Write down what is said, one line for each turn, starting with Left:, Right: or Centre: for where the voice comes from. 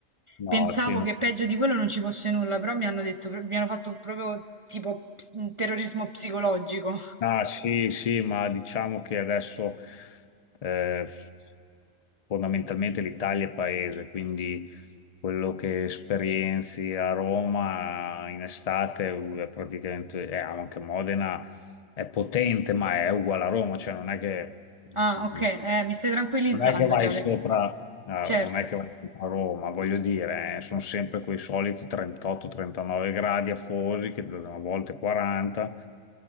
Left: No,
Right: pensavo
Left: sì, no.
Right: che peggio di quello non ci fosse nulla, però mi hanno detto, mi hanno fatto proprio tipo ps- terrorismo psicologico.
Left: Ah, sì, sì, ma diciamo che adesso eh, f- fondamentalmente l'Italia è paese, quindi quello che esperienzi a Roma in estate eh, è praticamente, e anche Modena è potente, ma è uguale a Roma, cioè non è che
Right: Ah,
Left: mm,
Right: ok, eh,
Left: mm,
Right: mi stai tranquillizzando
Left: non è che vai
Right: già
Left: sopra,
Right: perché
Left: eh,
Right: certo.
Left: non è che vai sopra Roma, voglio dire, eh, sono sempre quei soliti 38-39 gradi afosi, che a volte 40,